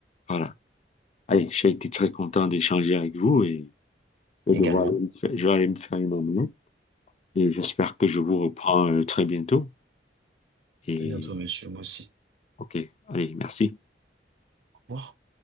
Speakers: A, on the left (about 35°); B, on the right (about 75°).
A: voilà. Allez, j'ai été très content d'échanger avec vous et, et
B: également.
A: de voir aller me faire- je vais aller me faire une omelette. Et j'espère que je vous reprends euh, très bientôt. Et
B: À bientôt, monsieur, moi aussi.
A: OK, allez, merci.
B: Au revoir.